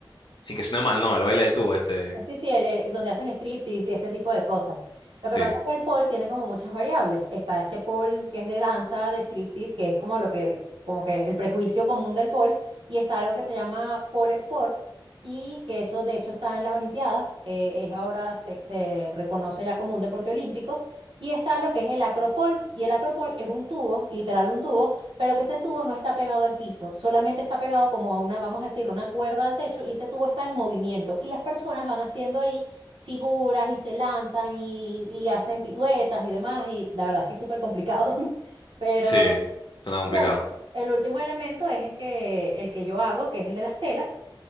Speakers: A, on the left (about 60°); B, on the right (about 75°).
A: Sin que suene mal, no, el baile del tubo, este,
B: Sí, sí, el, el- donde hacen striptease y ese tipo de cosas. Lo
A: sí,
B: que pasa es que el pole tiene como muchas variables. Está este pole que es de danza, de striptease, que es como lo que, como que el prejuicio común del pole, y está algo que se llama pole sport, y que eso de hecho está en las Olimpiadas, eh, es ahora se, se reconoce ya como un deporte olímpico, y está lo que es el acropole, y el acropole es un tubo, literal un tubo, pero que ese tubo no está pegado al piso, solamente está pegado como a una, vamos a decirlo, una cuerda al techo y ese tubo está en movimiento y las personas van haciendo ahí figuras y se lanzan y, y hacen piruetas y demás y la verdad es que es súper complicado, <laughs> pero
A: sí, suena complicado.
B: bueno, el último elemento es el que, el que yo hago, que es el de las telas